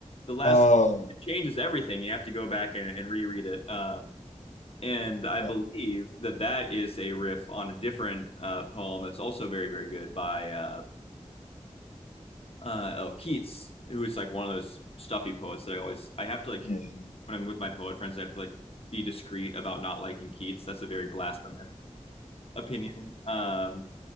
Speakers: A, on the left (about 50°); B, on the left (about 75°).
A: the last
B: Oh,
A: line, it changes everything. You have to go back and, and reread it. Um, and I believe
B: uh,
A: that that is a riff on a different uh, poem that's also very, very good by uh, uh, oh, Keats, who is like one of those stuffy poets that I always I have to like
B: yeah.
A: when I'm with my poet friends, I have to like be discreet about not liking Keats. That's a very blasphemous opinion. Um,